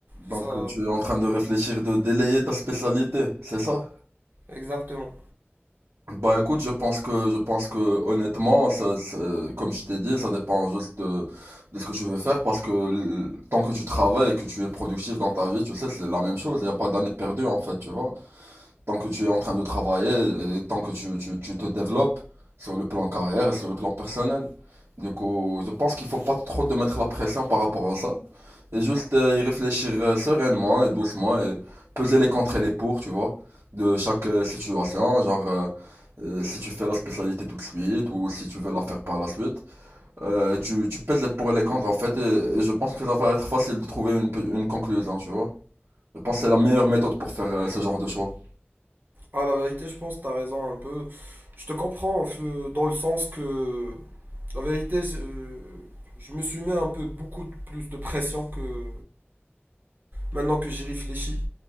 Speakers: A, on the right; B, on the right.
A: donc
B: C'est Ça, euh,
A: euh, tu es en train de réfléchir de délayer ta spécialité, c'est ça?
B: exactement.
A: Bah écoute, je pense que je pense que honnêtement, ça, ça- comme je t'ai dit, ça dépend juste de, de ce que tu veux faire parce que l- tant que tu travailles et que tu es productif dans ta vie, tu sais, c'est la même chose, il n'y a pas d'année perdue en fait, tu vois. tant que tu es en train de travailler et tant que tu, tu- tu te développes sur le plan carrière et sur le plan personnel. Du coup, je pense qu'il faut pas trop te mettre la pression par rapport à ça. Et juste euh, y réfléchir euh, sereinement et doucement et peser les contre et les pour, tu vois, de chaque euh, situation. Genre, euh, euh, si tu fais la spécialité tout de suite ou si tu veux la faire par la suite. Euh, tu, tu pèses les pour et les contre en fait. Et, et je pense que ça va être facile de trouver une, pe- une conclusion, tu vois. Je pense que c'est la meilleure méthode pour faire euh, ce genre de choix.
B: Ah, la vérité, je pense que t'as raison un peu. Je te comprends euh, dans le sens que, la vérité, c'est, euh, je me suis mis un peu beaucoup de- plus de pression que maintenant que j'y réfléchis.